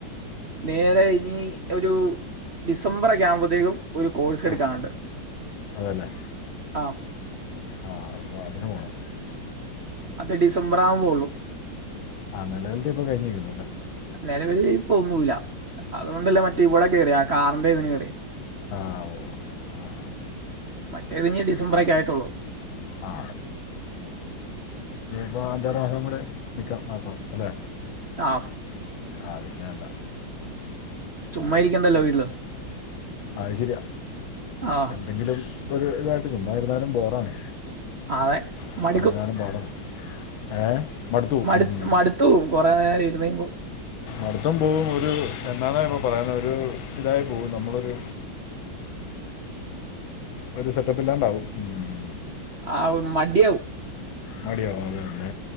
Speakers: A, on the right; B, on the left.
A: നേരെ ഇനി ഒരു ഡിസംബറൊക്കെ ആകുമ്പോത്തേക്കും. ഒരു കോഴ്സ്
B: ആ
A: എടുക്കാനുണ്ട്.
B: അതല്ലേ
A: ആ
B: ആ അപ്പൊ അതിനു പോണം
A: അത് ഡിസംബർ ആവുമ്പോള്ളൂ.
B: ആ നിലവിലത്തെ ഇപ്പോൾ കഴിഞ്ഞിരിക്കുന്നു അല്ലേ
A: നെലവില് ഇപ്പൊ ഒന്നൂല്ല. അതുകൊണ്ടല്ലേ
B: ആ
A: മറ്റേ ഇവിടെ കേറിയേ ആ കാറിന്റെ ഇതിന് കേറിയേ
B: ആ ഓ ആ
A: മറ്റേത് ഇനി ഡിസംബറൊക്കെ
B: അപ്പോൾ
A: ആയിട്ടുള്ളു.
B: ആ അപ്പൊ അഞ്ചാറു മാസം കൂടെ നിക്കാം അപ്പം അല്ലെ?
A: ആഫ്
B: ആ പിന്നല്ല.
A: ചുമ്മാ ഇരിക്കണ്ടല്ലോ വീട്ടില്
B: അത് ശര്യ
A: ആഹ്
B: എന്തെങ്കിലും ഒരു തായിട്ട് ചുമ്മാ ഇരുന്നാലും ബോറാണ്.
A: അതെ
B: ചുമ്മാ
A: മടുക്കും.
B: ഇരുന്നാലും പാടാണ് ഏ മടുത്തു പോവും.
A: മടുത്ത്
B: ഉം.
A: മടുത്തു കൊറേ ഇരുന്ന്കയ്യുമ്പോ
B: അടുത്തം പോവും ഒരു എന്നണ കയ്യുമ്പോ പറയാന ഒരു ഇതായി പോവും നമ്മളൊരു. ഒരു സെറ്റപ്പ് ഇല്ലാണ്ടാവും. ഉം.
A: ആ മടിയാവും.
B: മടിയാവും അതാണ്.